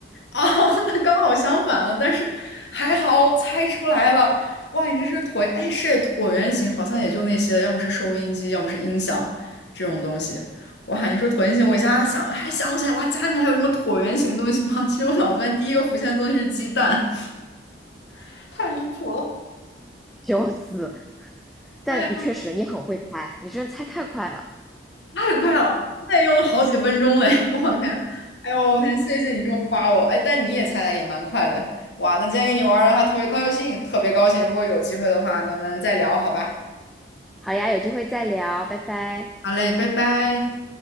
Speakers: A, on the left; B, in the centre.
A: 哦，<laughs> 那刚好相反了，但是还好猜出来了。哇，你这是椭，哎，是椭圆形，好像也就那些，要么是收音机，要么是音响这种东西。哇，你说椭圆形，我一下想还想不起来，哇，家里面还有什么椭圆形的东西吗？其实我脑子里面第一个浮现的东西是鸡蛋。<laughs> 太离谱了。
B: 笑死！但你确实你很会猜，
A: 哎呀，
B: 你真的猜太快了。
A: 太快了，那也用了好几分钟嘞！<laughs> 我天，哎呦，我天，谢谢你这么夸我，哎，但你也猜的也蛮快的，哇，那今天跟你玩儿的还特别高兴，特别高兴，如果有机会的话，咱们再聊，好吧？
B: 好呀，有机会再聊，拜拜。
A: 好嘞，拜拜。